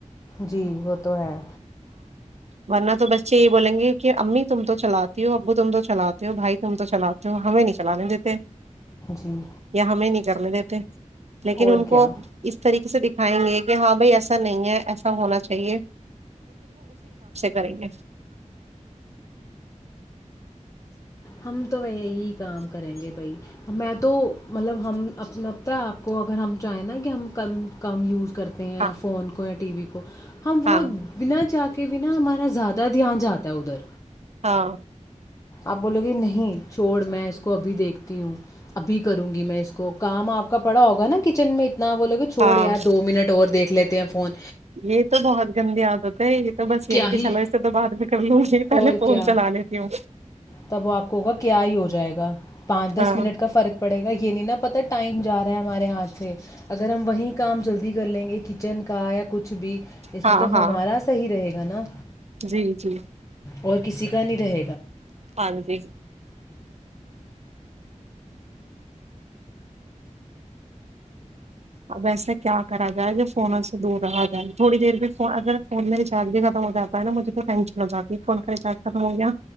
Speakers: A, on the left (about 25°); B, on the right (about 60°).
A: جی وہ تو ہے
B: ورنہ تو بچے یہ بولیں گے کہ امی تم تو چلاتی ہو ابو تم تو چلاتے ہو بھائی تم تو چلاتے ہو ہمیں نہیں چلانے دیتے
A: جی
B: یا ہمیں نہیں جرنے دتے لیکن
A: اور
B: ان کو
A: کیا
B: اس طریقے سے دیک کھائیں گے کہ ہاں بھائی ایسا نہیں ہے ایسا ہونا چاہیے جاہ گے
A: ہم تو یہی کام کریں گے بھائی میں تو مطلب ہم اپ آپ کو اگر ہم چاہیں نا کہ ہم کم کم یوز کرتے ہیں
B: ہاں
A: فون کو یا ٹی وی کو ہم وہ
B: ہاں
A: بنا چا کے کہ بنا ہمارا زیادہ دھیان جاتا ہے ادھر
B: ہاں
A: آپ بولو گے نہیں چھوڑ میں اس کو ابھی دیکھتی ہوں ابھی کروں گی میں اس کو کام آپ کا پڑا ہوگا نا کچن میں اتنا بولوگے چھوڑ
B: ہاں
A: یار دو منٹ اور دیکھ لیتے تے فون
B: یہ تو بہت گندی عادت ہے یہ تو بس
A: کیا
B: یہی ہے کہ
A: ہی
B: چلو اس سے تو بات میں کر لوں گی پہلے
A: اور
B: فون
A: کیا
B: چلا لیتی ہوں
A: تب وہ آپ کو ہوگا کیا ہی ہو جائے گا پانچ دس
B: ہاں
A: منٹ کا فرق پڑے گا یہ نہیں نا پتا ٹائم جا رہا ہے ہمارے ہاتھ سے اگر ہم وہیں کام جلدی کر لیں گے کچن کا یا کچھ بھی اس
B: ہاں
A: میں تو
B: ہاں
A: ہمارا صحیح رہے گا نا
B: جی جی
A: اور کسی کا نہیں رہے گا
B: پ جی اب ایسا کیا کرا جائے جو فونوں سے دور رہا جائے تھوڑی دیر بھی اگر فون میں ریچارج بھی ختم ہو جاتا ہے نا مجھے تو ٹینشن ہو جاتی ہے فون کا ریچارج ختم ہو گیا